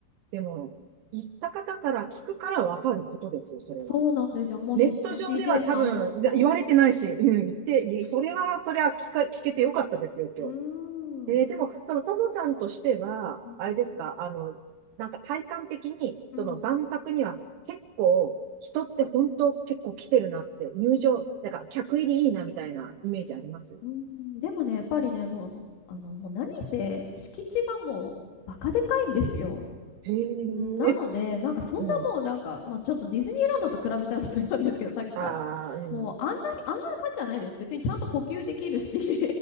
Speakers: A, on the right; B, on the left.
A: でも、言った方から聞くからわかることですよ、それは。
B: そうなんですよ。もしね、
A: ネット上では多分言われてないし、
B: TJ さん、本当に。
A: うん、言って、それは、それは聞か、聞けてよかったですよ、
B: うーん、
A: 今日。えーでも、そのともさんとしては、
B: うん、
A: あれですか、あの、なんか体感的に、
B: うん、
A: その万博には結構、人って本当結構来てるなって、入場、なんか客入りいいなみたいなイメージあります
B: うん、でもね、やっぱりね、もう、あの、もう何せ、敷地がもう、バカでかいんですよ。
A: へ
B: うん、なので、
A: え、
B: なんかそんなもうなんか、
A: うん。
B: まあ、ちょっとディズニーランドと比べちゃうとあれなんですけど、さっきから。
A: ああ、うん。
B: もうあんな、あんな感じじゃないです。別にちゃんと呼吸できるし